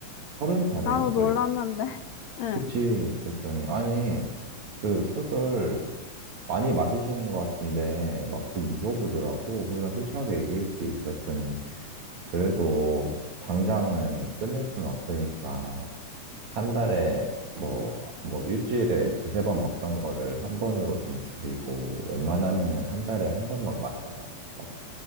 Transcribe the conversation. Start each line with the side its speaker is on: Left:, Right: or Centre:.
Right: 서른 살이요?
Left: 나도 놀랐는데.
Right: 그랬지.
Left: <laughs> 응.
Right: 그치. 그랬더니, 아니, 그 술을 많이 마시시는 것 같은데 막 그 물어보더라고. 그래서 난 솔직하게 얘기했지. 그랬더니 그래도 당장은 끊을 순 없으니까 한 달에 뭐, 뭐 일주일에 두세 번 먹던 거를 한 번으로 좀 줄이고 웬만하면은 한 달에 한 번만 마셔라. 막